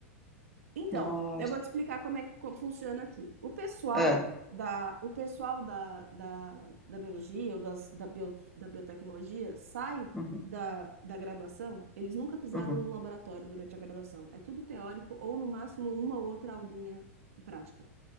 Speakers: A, on the right; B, in the centre.
A: Então,
B: Nossa.
A: eu vou te explicar como é que co- funciona aqui. O pessoal
B: Ah,
A: da, o pessoal da, da, da biologia ou das, da, bio, da biotecnologia sai
B: uhum,
A: da, da graduação, eles nunca pisaram
B: uhum.
A: no laboratório durante a graduação. É tudo teórico ou, no máximo, uma ou outra aulinha prática.